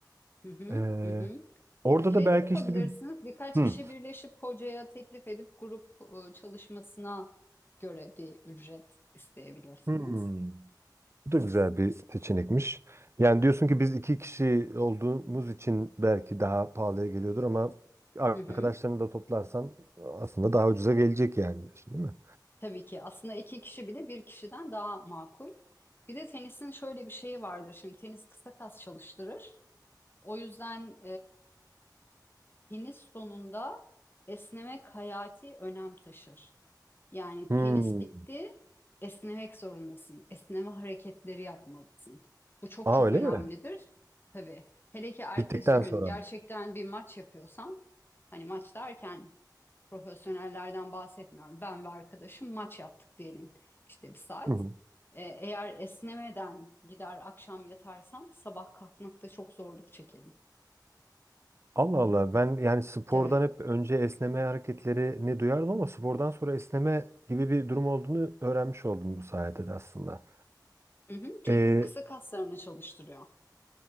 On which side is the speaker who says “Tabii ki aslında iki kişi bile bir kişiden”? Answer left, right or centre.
Left